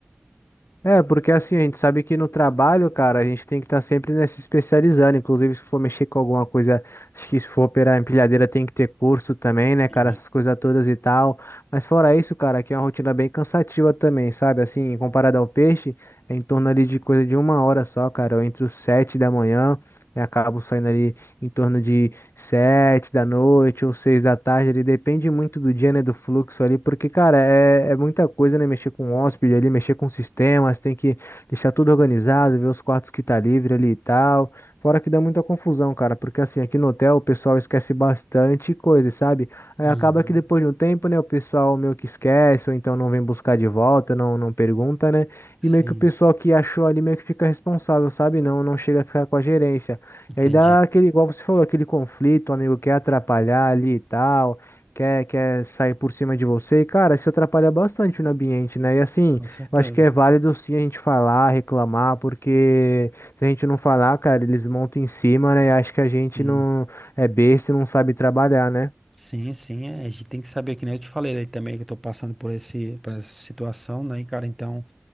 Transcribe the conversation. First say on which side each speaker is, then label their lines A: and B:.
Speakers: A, on the left; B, in the centre.
A: É, porque assim, a gente sabe que no trabalho, cara, a gente tem que estar sempre né, se especializando. Inclusive, se for mexer com alguma coisa, acho que se for operar empilhadeira, tem que ter curso também, né,
B: Sim.
A: cara? Essas coisas todas e tal. Mas fora isso, cara, aqui é uma rotina bem cansativa também, sabe? Assim, comparado ao peixe, é em torno ali de coisa de uma hora só, cara. Eu entro sete da manhã e acabo saindo ali em torno de sete da noite ou seis da tarde, ele depende muito do dia, né, do fluxo ali, porque, cara, é, é muita coisa, né, mexer com hóspede ali, mexer com sistemas, tem que deixar tudo organizado, ver os quartos que tá livre ali e tal, fora que dá muita confusão, cara, porque assim, aqui no hotel o pessoal esquece bastante coisa, sabe? Aí
B: Uhum.
A: acaba que depois de um tempo, né, o pessoal meio que esquece, ou então não vem buscar de volta, não, não pergunta, né,
B: Sim,
A: e meio que o pessoal que achou ali meio que fica responsável, sabe? Não, não chega a ficar com a gerência.
B: entendi.
A: E aí dá aquele, igual você falou, aquele conflito, o amigo quer atrapalhar ali e tal, quer, quer sair por cima de você. E, cara, isso atrapalha bastante no ambiente, né? E assim,
B: Com certeza.
A: eu acho que é válido sim a gente falar, reclamar, porque se a gente não falar, cara, eles montam em cima, né? E acho que a gente
B: Sim,
A: não é besta e não sabe trabalhar, né?
B: sim, sim. é, a gente tem que saber, que nem eu te falei aí também, que eu tô passando por esse, por essa situação, né? E, cara, então,